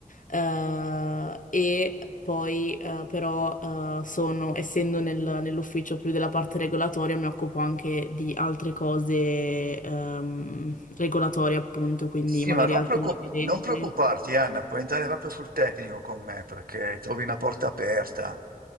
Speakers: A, on the left; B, on the right.
A: eh, e poi eh, però eh, sono, essendo nel- nell'ufficio più della parte regolatoria, mi occupo anche di altre cose ehm, regolatorie, appunto, quindi
B: Sì,
A: magari
B: ma non
A: altre
B: preoccup-
A: linee.
B: non preoccuparti,
A: <laughs> guida.
B: Anna, puoi entrare proprio sul tecnico con me perché trovi una porta aperta.